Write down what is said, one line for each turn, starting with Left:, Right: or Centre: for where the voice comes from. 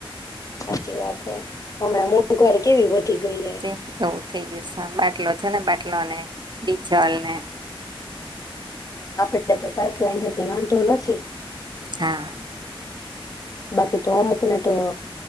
Left: સાચી વાત હે, હમણાં મોંઘવારી કેવી વધી ગઈ હે
Right: થઈ ગયું સામના કે ઓછા ના બાટ અટલોને બીચવાલને.
Left: આપડ તો પાઈપલાઈન એટલે વાંધો નથી.
Right: હા.
Left: બાકી તો અમુક ને તો